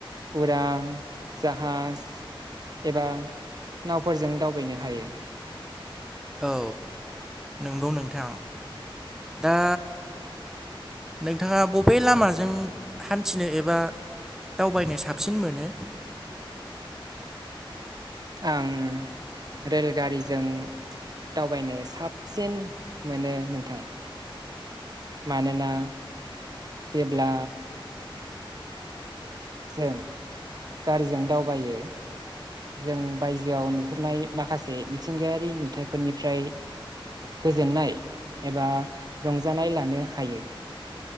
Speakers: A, on the right; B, in the centre.
A: उरां, जाहाज एबा नावफोरजों दावबायनो हायो।
B: औ नंगौ नोंथां दा नोंथाङा बबे लामाजों हान्थिनो एबा दावबायनो साबसिन मोनो?
A: आं रेलगारिजों दावबायनो साबसिन मोनो नोंथां। मानोना जेब्ला जों गारिजों दावबायो जों बायजोआव नुहुरनाय माखासे मिथिंगायारि नुथाइफोरनिफ्राय गोजोननाय एबा रंजानाय लानो हायो।